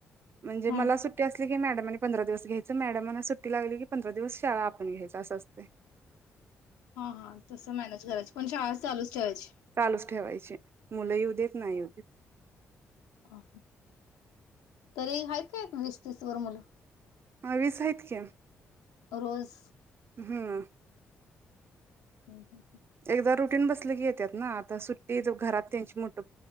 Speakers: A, on the right; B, on the left.
A: म्हणजे
B: हम्म.
A: मला सुट्टी असली मॅडमनी पंधरा दिवस घ्यायचं मॅडमना सुट्टी लागली की पंधरा दिवस शाळा आपण घ्यायच असं असते
B: हा हा तस मॅनेज करायची पण शाळा चालूच ठेवायची
A: चालूच ठेवायची मुलं येु देत नाही येुदेत
B: अा तरी आहेत का एक वीस तीस सुर्मुल
A: हवीसत क
B: रोज
A: हम्म
B: हम् हम्
A: एकदा रुटीन बसले की येतात ना आता सुट्टी घरात त्यांची मोठ